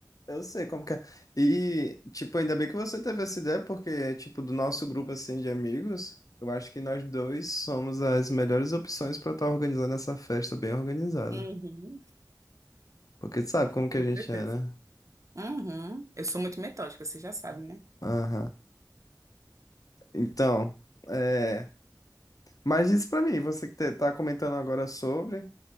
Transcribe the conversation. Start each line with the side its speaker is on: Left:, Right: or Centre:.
Left: Eu sei como que é. E, tipo, ainda bem que você teve essa ideia, porque, tipo, do nosso grupo, assim, de amigos, eu acho que nós dois somos as melhores opções pra estar organizando essa festa bem organizada.
Right: Uhum,
Left: Porque tu sabe como que
Right: com
Left: a gente
Right: certeza.
Left: é, né?
Right: Uhum. Eu sou muito metódica, você já sabe, né?
Left: Aham. Então, é... Mas diz pra mim, você que te- tá comentando agora sobre,